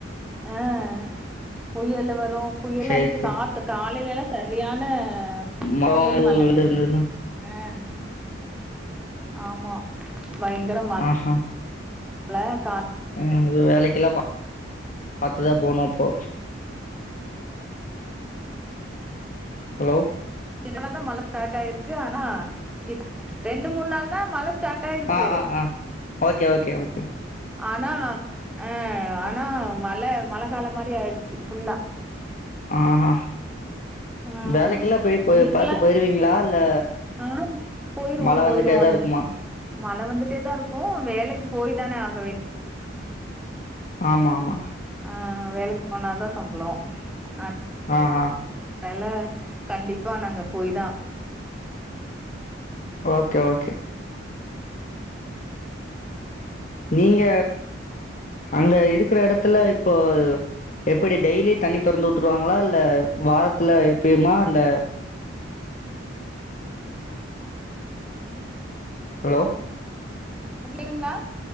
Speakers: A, in the centre; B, on the left (about 40°).
A: அஹ் ஆ புயலு வர் ரோ புயல்
B: சேரி
A: அடிக்கு
B: சேரி
A: காத்து காலையில எல்லா செ ரியான
B: மரோ
A: புயல்
B: எதுவு
A: மழ
B: விழுந்திருந்ததுன்னா
A: தாங்க ஆஹ் ஆமா பயங்கர ம
B: ஆஹா
A: ழ காத்
B: உம் து வேலைக்கெல்லா பா பாத்துதா போனும் அப்போ ஹலோ
A: டயில்லா தா மழை ஸ்டார்ட் ஆயிருக்கு ஆனா இப் ரெண்டு மூண் நாள் தா மழ ஸ் ஸார்ட் ஆயிருக்கு
B: ஆ ஆ ஆ ஓகே ஓகே ஓகே
A: ஆனா நா ம் ஆனா மழ மழ காலம் மாரி ஆயிடுச்சு ஃபுல்லா
B: ஆஹ் ஹா
A: ம்
B: வேலைக்கெல்லா போய் ப்போ
A: உங்களுக்கெல்லா
B: பாத்து போயிருவீங்களா இல்ல
A: ஆ போயிருவோ
B: மழ
A: போயிருவோ
B: வந்துட்டேதா
A: அது
B: இருக்குமா
A: மழ வந்துட்டே தா இருக்கு வேலைக்கு போய் தானே ஆக வேண்
B: ஆமா ஆமா
A: ஆ வேலைக்கு போனா தா சம்பளோ ஆ
B: ஆ அ
A: அதலால கண்டிப்பா நாங்க போய் தா
B: ஓகே ஓகே நீங்க அங்க இருக்கிற எடத்துல இப்போ எப்படி டெய்லி தண்ணி தொறந்து உட்டுருவாங்களா இல்ல வாரத்துல எப்பயுமா இல்ல ஹலோ
A: <unintelligible> ங்களா